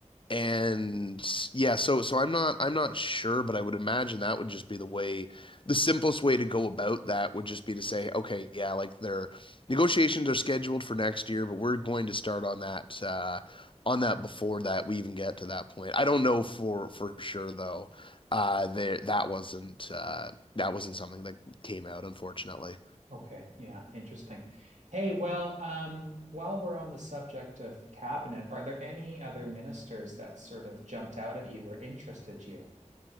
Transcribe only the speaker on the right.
Okay, yeah, interesting. Hey, well, um, while we're on the subject of the cabinet, are there any other ministers that sort of jumped out at you or interested you?